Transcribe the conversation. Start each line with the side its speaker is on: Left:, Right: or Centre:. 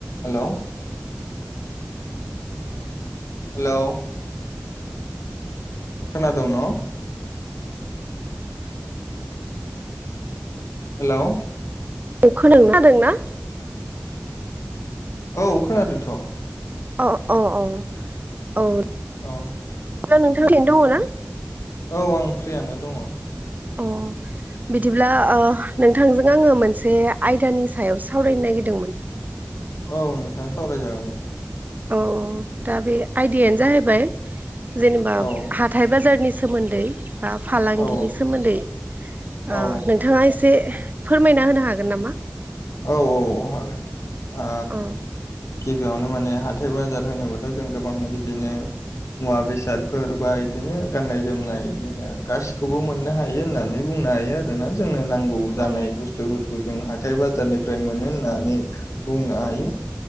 Left: Hello hello खोनादोंं न' hello
Right: नों खो <unintelligible> दोंना
Left: औ खोनादोंथ'
Right: अ अ अ औ
Left: औ
Right: दा नोंथां ओरैनो दङ ना?
Left: औ आं फ्रियानो दङ
Right: अ बिदिब्ला ओ नोंथांजों आङो मोनसे आयदानि सायाव सावरायनो नागिरदोंमोन
Left: औ नोंथां सावरायजागोन दे
Right: औ औ दा बे आयदायानो जाहैबाय जेनेबा
Left: औ
Right: हाथाय बाजारनि सोमोन्दै बा फालांगिनि
Left: औ
Right: सोमोन्दै ओ
Left: औ
Right: नोंथाङा एसे फोरमायना होनो हागोन नामा
Left: औ औ औ हागोन ओ
Right: औ
Left: गिबियावनो माने हाथाय बाजार होनोब्लाथ' जों गोबां बिदिनो मुवा बेसादफोर बा इदिनो गाननाय जोमनाय बिदिनो गासिखौबो मोननो हायो होननानै बुं नो हायो आरोना जोंनो नांगौ गौ जानाय
Right: औ
Left: बुस्थुफोरखौ जों हाथाय बाजारनिफ्राय मोनो होननानै बुंनो हायो